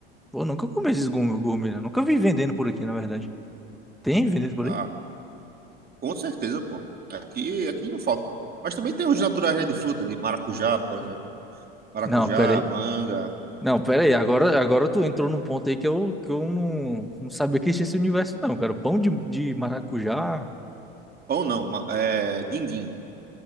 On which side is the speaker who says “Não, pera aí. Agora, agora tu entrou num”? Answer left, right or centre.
Centre